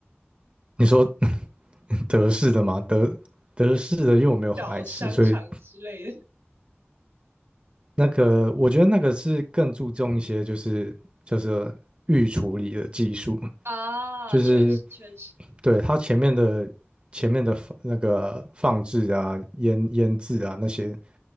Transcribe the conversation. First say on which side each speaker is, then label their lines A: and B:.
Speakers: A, on the right; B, on the right.
A: 你说 <laughs> 德式的吗？德德式的，因为我没有很爱吃，
B: <laughs> 小香肠之类的
A: 所以那个，我觉得那个是更注重一些，就是就是预处理的技术，
B: 啊，
A: 就是
B: 确实确实，
A: 对它前面的前面的放那个放置啊、腌腌制啊那些，